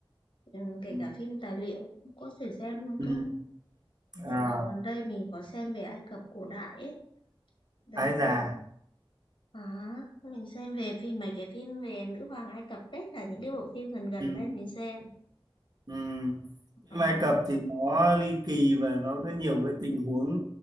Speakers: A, on the left; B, on the right.
A: ừ, kể
B: Ừ.
A: cả phim tài liệu cũng có thể xem luôn
B: Ừ.
A: cơ.
B: À,
A: Dạo gần đây mình có xem về Ai Cập cổ đại ấy. Đấy
B: ái già.
A: thì à, mình xem về phim mấy cái phim về nữ hoàng Ai Cập đấy là những cái bộ phim gần gần
B: Ừ.
A: đây mình xem.
B: Ừ. Phim
A: Ờ
B: Ai Cập thì nó ly kỳ và nó có nhiều cái tình huống